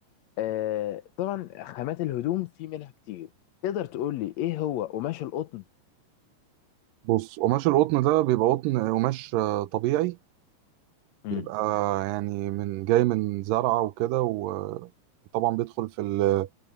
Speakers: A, on the left; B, on the right.
A: آه طبعا خامات الهدوم في منها كتير تقدر تقول لي ايه هو قماش القطن
B: بص قماش القطن ده بيبقى قطن قماش آه، طبيعي
A: امم
B: بيبقى يعني من جاي من زرعة وكده و- وطبعا بيدخل في ال